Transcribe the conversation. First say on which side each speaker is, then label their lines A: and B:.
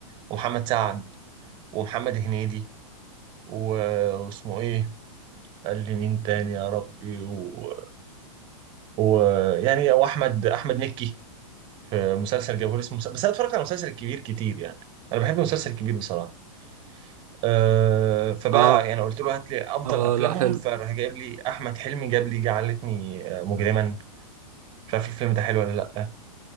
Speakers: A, on the right; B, on the right.
A: ومحمد سعد ومحمد هنيدي و- واسمه ايه قال لي مين تاني يا ربي ويعني و... و- يعني واحمد احمد مكي في مسلسل جوهري اسمه مسلسل. بس انا اتفرجت على مسلسل الكبير كتير يعني انا بحب المسلسل الكبير بصراحه أه فبقى
B: اه
A: يعني قلت له هات لي افضل
B: اه
A: افلامهم
B: لا حلو
A: فراح جايب لي احمد حلمي جاب لي جعلتني آه، مجرما مش عارف الفيلم ده حلو ولا لا